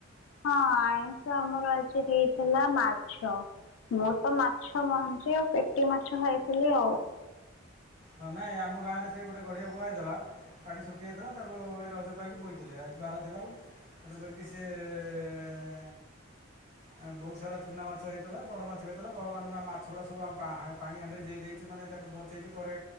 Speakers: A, on the left; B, on the right.
A: ହଁ ଆଇଁଷ ଆମର ଆଜି ହେଇଥିଲା ମାଛ। ମୁଁ ତ ମାଛ ମଞ୍ଜି ଆଉ ପେଟି ମାଛ ଖାଇଥିଲି ଆଉ।
B: ହଁ ନାଇଁ ଆମ ଗାଁରେ ସେ ଗୋଟେ ଗଡିଆ ବୁଆ ହେଇଥିଲା। ପାଣି ଶୁଖିଯାଇଥିଲା ତାକୁ ଏଇ ରଜ ପାଇଁକି ବୋଇଥିଲେ। ଆଜି ବାର ଥିଲା ବୋଲି ତେଣୁ କରିକି ସିଏ ଏ ଆଁ ବହୁତ ସାରା ଚୂନା ମାଛ ହେଇଥିଲା। ବଡ ମାଛ ବି ହେଇଥିଲା ବଡ ମ ମାଛ ଗୁଡା ସବୁ ଆମ ପା ପାଣି ଆଣ୍ଡିରେ ଯେଇ ଦେଇଛୁ। ମାନେ ତାକୁ ବଞ୍ଚେଇଛୁ। ପରେ